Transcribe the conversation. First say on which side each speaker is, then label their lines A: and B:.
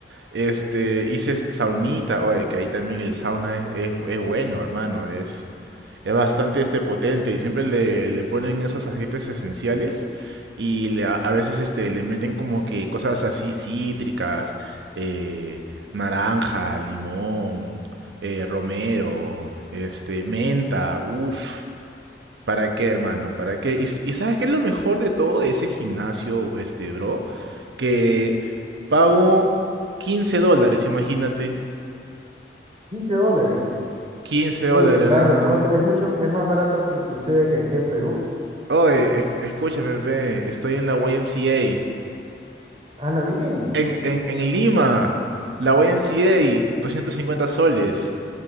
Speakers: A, on the right (about 75°); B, on the right (about 30°).
A: Este, hice saunita, oye, que ahí también el sauna es, es, es bueno, hermano, es, es bastante este potente y siempre le, le ponen esos aceites esenciales y le- a, a veces este, le meten como que cosas así cítricas, eh, naranja, limón, eh, romero, este, menta, uff, ¿Para qué, hermano? ¿Para qué? Y, s- y ¿sabes qué es lo mejor de todo de ese gimnasio, este, bro? Que pago quince dólares, imagínate.
B: 15 dólares.
A: quince dólares,
B: Uy, está
A: nada.
B: recontra, es mucho, es más barato que inclusive que aquí en Perú.
A: Oye, es- escúchame, ve, estoy en la YMCA.
B: Hala bien.
A: En, en, en Lima, la YMCA, cincuenta soles.